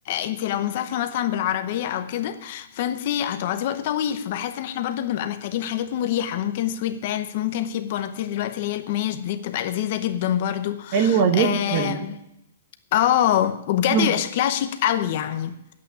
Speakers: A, on the left; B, on the right.
A: انتي لو مسافره مثلا بالعربيه او كده فانتي هتقعدي وقت طويل فبحس ان احنا برضو بنبقى محتاجين حاجات مريحه ممكن سويت بانس ممكن في بناطيل دلوقتي اللي هي القماش دي بتبقى لذيذه جدا برضو
B: حلوة جدا
A: اه آه، وبجد
B: مم.
A: بيبقى شكلها شيك قوي يعني